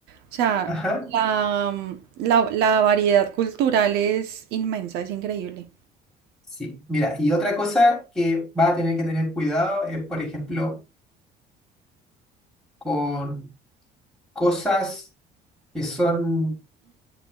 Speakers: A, on the right; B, in the centre.
A: O sea,
B: Ajá,
A: la, mm, la- la variedad cultural es inmensa, es increíble.
B: sí. Mira, y otra cosa que va a tener que tener cuidado es, por ejemplo, con cosas que son